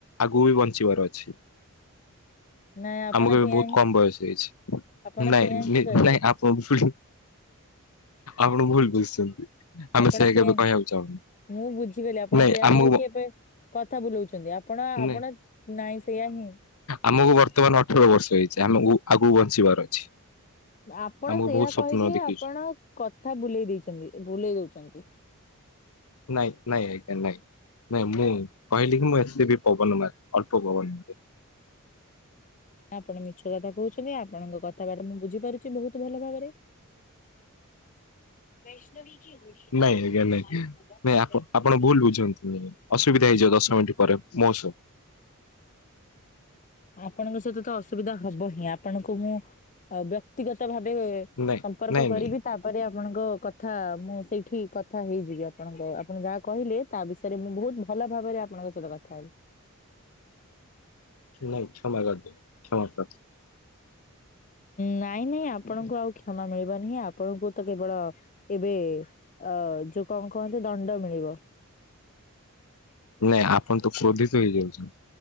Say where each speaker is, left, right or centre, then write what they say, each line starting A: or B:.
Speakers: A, on the left; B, on the left.
A: ଆଗକୁ ବି ବଞ୍ଚିବାର ଅଛି।
B: ନାଇଁ ଆପଣ
A: ଆମକୁ ଏବେ
B: ସେଇୟା
A: ବହୁତ
B: ହିଁ
A: କମ ବୟସ ହେଇଛି
B: ଆପଣ
A: ନାଇଁ
B: ସେଇୟା ହିଁ
A: ନଁ
B: କହିଲେ
A: ଆପ <unintelligible> ଆପଣ ଭୁଲ ବୁଝୁଛନ୍ତି ଆମେ
B: ଆପଣ
A: ସେଇଆ
B: ସେଇୟା
A: କେବେ କହିବାକୁ ଚାହୁଁନୁ।
B: ମୁଁ ବୁଝିଗଲି ଆପଣ
A: ନାଇଁ
B: ସେଇଆ
A: ଆମକୁ
B: କହିକି
A: ବ-
B: ଏବେ କଥା ବୁଲଉଛନ୍ତି ଆପଣ ଆପଣ
A: ନାଇଁ
B: ନାଇଁ ସେଇୟା ହିଁ
A: ଆମକୁ ବର୍ତ୍ତମାନ ଅଠର ବର୍ଷ ହେଇଛି ଆମକୁ ଆଗକୁ ବଞ୍ଚିବାର ଅଛି।
B: ଆପଣ
A: ଆମକୁ
B: ସେଇଆ
A: ବହୁତ
B: କହିକି
A: ସ୍ୱପ୍ନ ଦେଖିଛୁ
B: ଆପଣ କଥା ବୁଲେଇ ଦେଇଛନ୍ତି। ଭୁଲେଇ ଦଉଛନ୍ତି।
A: ନାଇଁ ନାଇଁ ଆଜ୍ଞା ନାଇଁ, ନାଇଁ ମୁଁ କହିଲି କି ମୁଁ ଏତେ ବି ପବନ ମାରେ ଅଳ୍ପ ପବନ ମାରେ।
B: ଆପଣ ମିଛ କଥା କହୁଛନ୍ତି ଆପଣଙ୍କ କଥା ବାଟା ମୁଁ ବୁଝିପାରୁଛି ବହୁତ ଭଲ ଭାବରେ। <inaudible>
A: ନାଇଁ ଆଜ୍ଞା ନାଇଁ। ନାଇଁ ଆପଣ ଆପଣ ଭୁଲ ବୁଝୁଛନ୍ତି ଅସୁବିଧା ହେଇଯିବ ଦଶ ମିନିଟ ପରେ ମୋ ସହ।
B: ଆପଣ ଙ୍କ ସହିତ ତ ଅସୁବିଧା ହବ ହିଁ ଆପଣଙ୍କୁ ମୁଁ ବ୍ୟକ୍ତିଗତ ଭାବେ
A: ନାଇଁ
B: ସମ୍ପର୍କ
A: ନାଇଁ
B: କରିବି
A: ନାଇଁ
B: ତା ପରେ ଆପଣଙ୍କ କଥା ମୁଁ ସେଇଠି କଥା ହେଇଯିବି ଆପଣଙ୍କ ଆପଣ ଯାହା କହିଲେ ତା ବିଷୟରେ ମୁଁ ବହୁତ ଭଲ ଭାବରେ ଆପଣଙ୍କ ସହିତ କଥା ହେବି।
A: ନାଇ କ୍ଷମା କରିଦେବେ କ୍ଷମା କର।
B: ନାଇଁ ନାଇଁ ଆପଣଙ୍କୁ ଆଉ କ୍ଷମା ମିଳିବ ନାହିଁ ଆପଣଙ୍କୁ ତ କେବଳ ଏବେ ଅ ଯୋଉ କଣ କୁହନ୍ତି ଦଣ୍ଡ ମିଳିବ।
A: ନାଇଁ ଆପଣ ତ କ୍ରୋଧିତ ହେଇଯାଉଛନ୍ତି